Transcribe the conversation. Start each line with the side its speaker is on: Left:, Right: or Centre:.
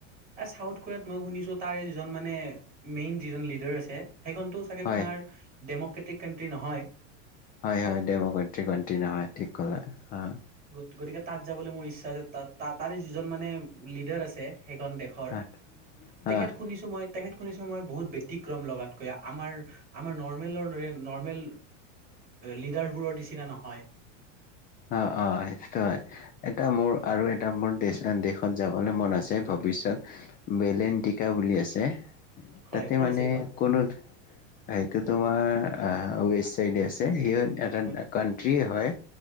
Right: এ চাউথ কোৰিয়াত মই শুনিছো তাৰে যিজন মানে মেইন যিজন লিডাৰ আছে। সেইখনতো চাগে
Left: হয়
Right: তোমাৰ ডেম'ক্ৰেটিক কাণ্ট্ৰি নহয়।
Left: হয়, হয়। ডেম্ৰকাটি কাউন্ট্ৰী নহী, ঠিক কলা তুমি।
Right: গতিকে তাত যাবলে মোৰ ইচ্ছা আছে। তাত ত তাৰে যিজন মানে লিডাৰ আছে সেইখন দেশৰ।
Left: হা
Right: তেখেত
Left: হা
Right: শুনিছো মই, তেখেত শুনিছো মই বহুত ব্যতিক্ৰম লগাতকৈ। আমাৰ আমাৰ নৰ্মেলৰ দৰে নৰ্মেল লিডাৰবোৰৰ নিচিনা নহয়।
Left: অ-অ সেইটো হয়। এটা মোৰ আৰু এটা মোৰ দেচ দেশত যাব বলে মন আছে ভবিচ্চত। বেলেনটিকা বুলি আছে
Right: হয়
Left: তাতে
Right: ক'ত
Left: মানে
Right: আছে এইখন
Left: কোনো এইটো তোমাৰ আহ ৱেষ্ট চাইডে আছে। সেইখন এখন
Right: হয়
Left: কানট্ৰিয়ে হয়।